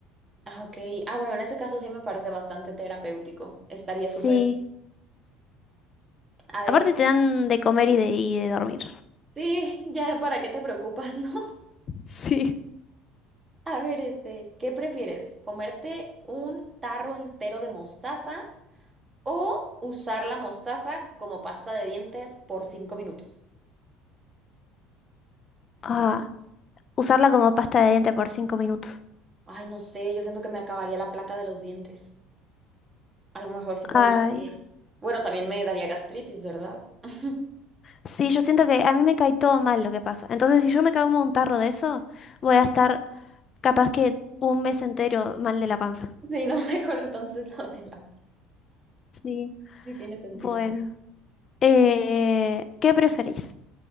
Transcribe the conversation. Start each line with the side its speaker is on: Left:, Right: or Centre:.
Right: Ah, ok. Ah, bueno, en ese caso sí me parece bastante terapéutico. Estaría
Left: Sí,
Right: súper. A ver,
Left: aparte te dan de comer y de, y de dormir.
Right: sí, <laughs> ya para qué te preocupas, ¿no? <laughs>
Left: sí.
Right: A ver, este, ¿qué prefieres? ¿Comerte un tarro entero de mostaza o usar la mostaza como pasta de dientes por cinco minutos?
Left: Ah, usarla como pasta de diente por cinco minutos.
Right: Ay, no sé, yo siento que me acabaría la placa de los dientes. A lo mejor sí como...
Left: Ay.
Right: que- Bueno, también me daría gastritis, ¿verdad? <laughs>
Left: Sí, yo siento que a mí me cae todo mal lo que pasa. Entonces, si yo me como un tarro de eso, voy a estar capaz que un mes entero mal de la panza.
Right: Sí, no, mejor entonces <laughs> lo de la...
Left: Sí.
Right: Sí tiene sentido.
Left: Bueno, eh, ¿qué preferís?